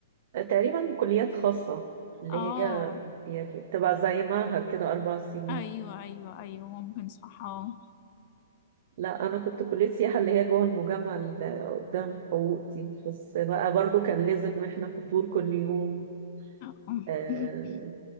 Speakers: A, on the right; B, on the left.
A: تقريبا كليات خاصة اللي
B: اه
A: هي يعني بتبقى زي معهد كده اربع سنين
B: ايوه ايوه ايوه ممكن صح اه
A: لا انا كنت كلية سياحة اللي هي جوه المجمع اللي قدام حقوق دي بس بقى برضو كان لازم احنا حضور كل يوم
B: آه.
A: آه
B: <laughs>